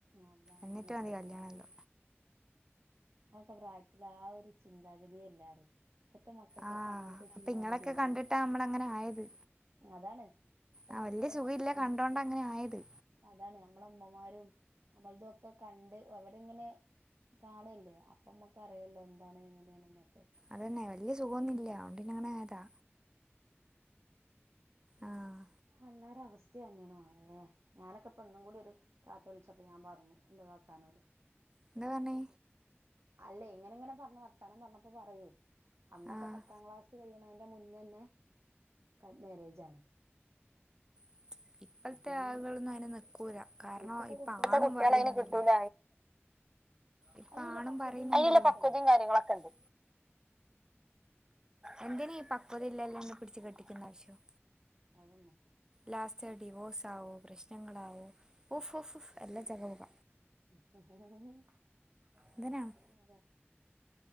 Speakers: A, on the right; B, on the right.
A: അതങ്ങനെന്നെ
B: എന്നിട്ട് മതി കല്യാണം
A: <unintelligible>
B: എല്ലാം
A: ങ്ങളോക്കെ പ്രായത്തില് ആ ഒരു ചിന്താഗതിയല്ല <unintelligible> ഇപ്പത്തെ മക്കക്കൊക്കെ
B: ആഹ്
A: അങ്ങനത്തെ
B: അപ്പൊ
A: ചിന്താഗതി
B: ഇങ്ങളൊക്കെ
A: ണ്ടല്ലോ
B: കണ്ടിട്ടാ നമ്മളങ്ങനെ ആയത്
A: അതാണ് ഇപ്പത്ത
B: ആ
A: മക്കള്
B: വല്യ സുഖല്ല
A: ഉം
B: കണ്ടോണ്ട അങ്ങനെ ആയത്
A: അതാണ് ഞമ്മളെ ഉമ്മമാരും ഞമ്മൾതൊക്കെ കണ്ട് അവരിങ്ങനെ കാണല്ലേ അപ്പ നമ്മക്ക് അറിയല്ലോ എന്താണ് എങ്ങനെയ ന്നൊക്കെ
B: അതന്നെ വല്യ സുഖന്നും ഇല്ല്യ അതോണ്ട് പിന്നങ്ങനെ ആയതാ ആഹ്
A: അല്ലാരവ <unintelligible> <unintelligible> മളെ ഞാനൊക്കെപ്പന്നും കൂടി ഒരു താത്ത വിളിച്ചപ്പോ ഞാൻ പറഞ്ഞു ന്റെ താത്താനോട്
B: എന്തെ പറഞ്
A: അല്ലേ ഇങ്ങനെ ഇങ്ങനെ പറഞ്ഞ് വർത്താനം പറഞ്ഞപ്പോ പറയേ അന്നൊക്കെ
B: ആഹ്
A: പത്താം ക്ലാസ് കഴിയണന്റെ മുന്നന്നെ ക മാരേജ ആണ്
B: <inaudible> ഇപ്പോഴത്തെ
A: അപ്പൊ ഞങ്ങ
B: ആളുകളൊന്നും അയിന് നിക്കൂല കാരണം
A: ഇപ്പത്തെ
B: ഇപ്പ
A: കുട്ടികൾ
B: ആ ഇപ്പോത്തെ
A: അതിന്
B: കുട്ട്യേളെ അയിന് കിട്ടൂല
A: അതിനെല്ലാം
B: ഇപ്പ
A: അതിനുള്ള
B: ആണ
A: പക്വതയും
B: പറയുന്നതി
A: കാര്യങ്ങളൊക്കെ
B: അയ്നുള്ള പക്കതിം
A: ഉണ്ട്
B: കാര്യങ്ങളൊക്കെ ഇണ്ട് എന്തിന ഈ പക്വത ഇല്ലല്ലങ്കി ല് പിടിച്ച് കെട്ടിക്കണ്ട ആവശ്യം
A: അതന്നെ
B: ലാസ്റ്റ് ഡിവോഴ്സ് ആകോ പ്രശ്നങ്ങളാവോ ഓഫ് ഓഫ് എല്ല ജകപോക
A: <unintelligible>
B: എന്തിനാണ്